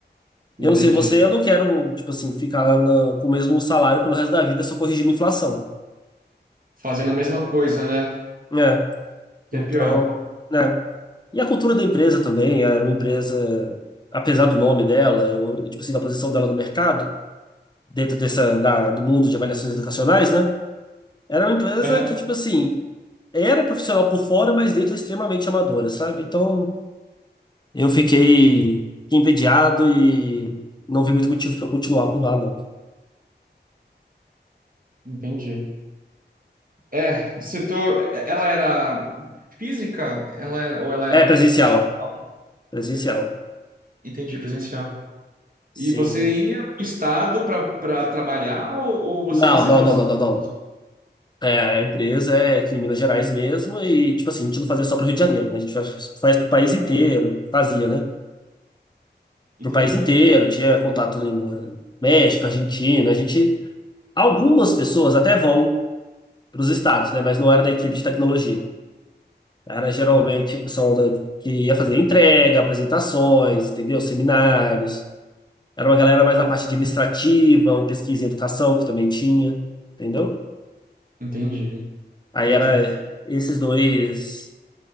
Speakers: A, on the left; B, on the right.
A: Eu
B: entendi.
A: não sei você, eu não quero, tipo assim, ficar lá na- com o mesmo salário pelo resto da vida só corrigindo a inflação,
B: Fazendo a mesma coisa, né?
A: né?
B: Que
A: Então,
B: é pior.
A: né? E a cultura da empresa também, era uma empresa, apesar do nome dela, eu, tipo assim, da posição dela no mercado, dentro dessa, da- do mundo de avaliações educacionais, né? Era uma empresa
B: Aham,
A: que, tipo assim, era profissional por fora, mas dentro extremamente amadora, sabe? Então, eu fiquei entediado e não vi muito motivo para continuar por lá, não.
B: entendi. É, setor. Ela era física? Ela era, ou ela era
A: É
B: com-
A: presencial.
B: de...
A: Presencial.
B: Presencial. Entendi, presencial.
A: Sim.
B: E você ia para o estado para trabalhar ou, ou você
A: Não,
B: recebia
A: não,
B: os
A: não, não, não, não.
B: salários,
A: É, a empresa é
B: né?
A: aqui em Minas Gerais mesmo e, tipo assim, a gente não fazia só para o Rio de Janeiro, né? A gente faz, faz para o país inteiro, fazia, né?
B: Entendi.
A: Para o país inteiro, tinha contato em eh, México, Argentina, a gente Algumas pessoas até vão para os estados, né? Mas não era da equipe de tecnologia. Era geralmente o pessoal da- que ia fazer entrega, apresentações, entendeu? Seminários. Era uma galera mais da parte administrativa, ou pesquisa e educação, que também tinha, entendeu?
B: Entendi.
A: Aí
B: Entendi.
A: era esses dois,